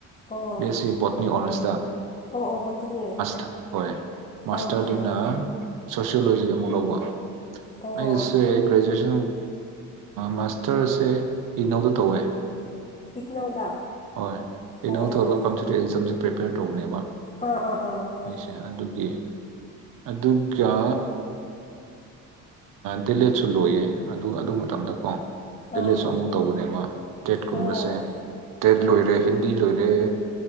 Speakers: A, on the left; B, on the right.
A: ꯑꯣ
B: ꯕꯤ ꯑꯦꯁ ꯁꯤ ꯕꯣꯠꯅꯤ ꯑꯣꯅꯔꯁꯇ
A: ꯑꯣ ꯑꯣ ꯕꯣꯇꯅꯤ
B: ꯇꯔ ꯍꯣꯏ ꯃꯥꯥꯁꯇꯔꯗꯅ
A: ꯑꯥ ꯑꯥ
B: ꯁꯣꯁꯤꯌꯣꯂꯣꯖꯤ ꯑꯃꯨꯛ ꯂꯧꯕ
A: ꯑꯣ
B: ꯑꯩꯁꯦ ꯒ꯭ꯔꯦꯖꯨꯑꯦꯁꯟ ꯃꯥꯁꯇꯔꯁꯦ ꯏꯅꯧꯗ ꯇꯧꯋꯦ
A: ꯏꯛꯅꯧꯗ
B: ꯍꯣꯏ ꯏꯩꯅꯣ
A: ꯑꯣ
B: ꯇꯧꯔꯒ
A: ꯑꯣ
B: ꯀꯝꯄꯨꯇꯞ ꯑꯦꯛꯖꯥꯝꯁꯦ ꯄ꯭ꯔꯤꯄꯦꯌꯔ ꯇꯧꯕꯅꯦꯕ
A: ꯑꯥ ꯑꯥ ꯑꯥ ꯍꯣꯏ
B: ꯑꯩꯁꯦ ꯑꯗꯨꯒꯤ ꯑꯗꯨꯒ ꯗꯦꯂꯦꯠꯁꯨ ꯂꯣꯏꯌꯦ ꯑꯗꯨ ꯑꯗꯨ ꯃꯇꯝꯗꯀꯣ ꯇꯦꯂꯁꯨ
A: ꯑꯥ
B: ꯑꯃꯨꯛ ꯇꯧꯕꯅꯦꯕ ꯀꯦꯠ ꯀꯨꯝꯕꯁꯦ
A: ꯑꯣ
B: ꯂꯣꯏꯔꯦ ꯍꯤꯟꯗꯤ ꯂꯣꯏꯔꯦ